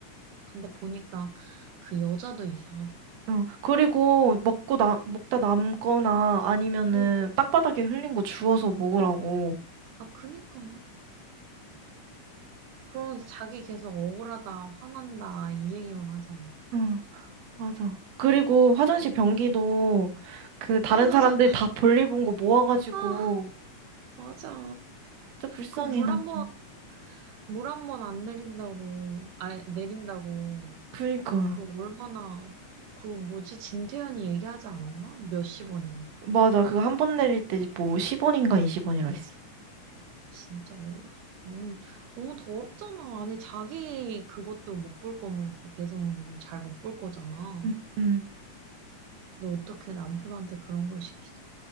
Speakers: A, on the right (about 80°); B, on the right (about 65°).
A: 근데 보니까 그 여자도 이상하더라고.
B: 어, 그리고 먹고 나, 먹다 남거나 아니면은
A: 어,
B: 땅바닥에 흘린 거 주워서 먹으라고.
A: 어, 아, 그니까. 그러면서 자기 계속 억울하다, 화난다, 이 얘기만 하잖아.
B: 음. 맞아. 그리고 화장실 변기도 그 다른
A: 아, 맞아.
B: 사람들 다 볼일 본 거 모아가지고
A: 아, 맞아.
B: 진짜 불쌍해
A: 그 물
B: 남좀.
A: 한 번, 물 한번 안 내린다고, 아, 내린다고.
B: 그니까요.
A: 그 얼마나, 그 뭐지, 진태현이 얘기하지 않았나? 몇십 원이라고.
B: 맞아. 그거 한 번 내릴 때 뭐 10원인가 20원이라 했어.
A: 진짜 어이없어. 너무, 너무 더럽잖아. 아니, 자기 그것도 못 볼 거면서 배송물 잘 못 볼 거잖아.
B: 응, 응.
A: 너 어떻게 남편한테 그런 걸 시키지?